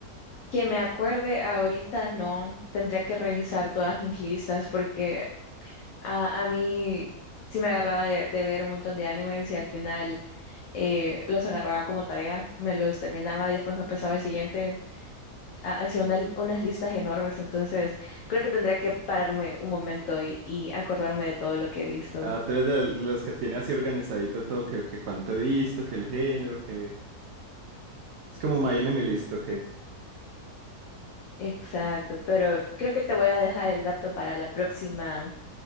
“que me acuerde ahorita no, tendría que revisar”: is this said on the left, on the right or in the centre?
Left